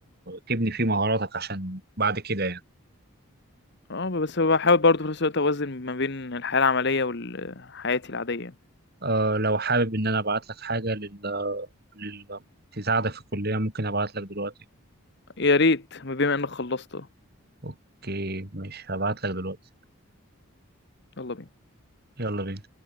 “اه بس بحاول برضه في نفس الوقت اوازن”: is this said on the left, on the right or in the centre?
Left